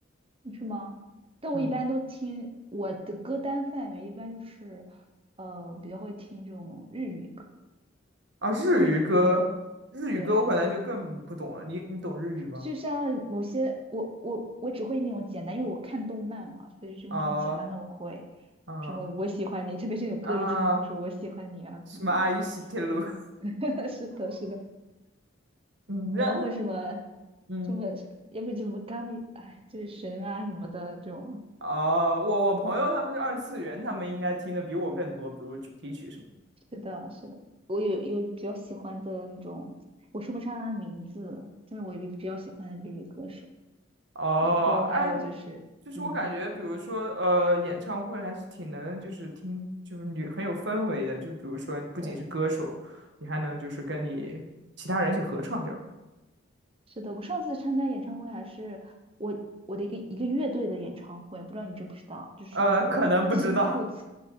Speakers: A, on the right (about 30°); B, on the right (about 65°).
A: 是吗？但我一般都听我的歌单范围一般就是，
B: 嗯，
A: 呃，比较会听这种日语歌，
B: 啊，日语歌，
A: 日语歌。
B: 日语歌我可能就更不懂了。
A: 对，
B: 你你懂日语吗？
A: 就像某些我我我只会那种简单，因为我看动漫嘛，所以是那种简单的我会，
B: 啊，啊
A: 什么我喜欢你，特别是有歌里经常会说我喜欢你啊怎么的，
B: 啊，什么阿姨西铁路？<laughs>
A: <laughs> 是的，是的，
B: 嗯，那那
A: 然后会什么
B: 嗯，
A: 什么，要不就什么 Gami，哎，就是神啊什么的这种，
B: 哦、我我朋友他们是二次元，他们应该听的比我更多，比如主题曲什么的。
A: 是的，是的，我有有比较喜欢的那种，我说不上他的名字，但是我有比较喜欢的日语歌手，
B: 哦，
A: 然后还有就是嗯。
B: 哎，就是我感觉，比如说，呃，演唱会还是挺能，就是听，就是你很有氛围的。就比如说，不仅是歌手，
A: 的。
B: 你还能就是跟你其他人一起合唱这样。
A: 是的，我上次参加演唱会还是我我的一个一个乐队的演唱会，不知道你知不知道，就是那个新裤子，
B: 呃，可能不知道